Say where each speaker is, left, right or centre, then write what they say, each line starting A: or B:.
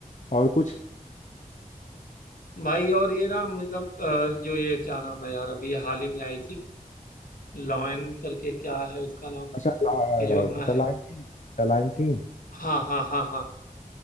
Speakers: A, on the left; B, on the left.
A: और कुछ
B: भाई और ये ना मतलब अ, जो ये क्या नाम है यार अभी ये हाल ही में आई थी लॉयन करके क्या है उसका नाम
A: अच्छा
B: ये जो अपना है
A: the Lion King the Lion King
B: हाँ हाँ हाँ हाँ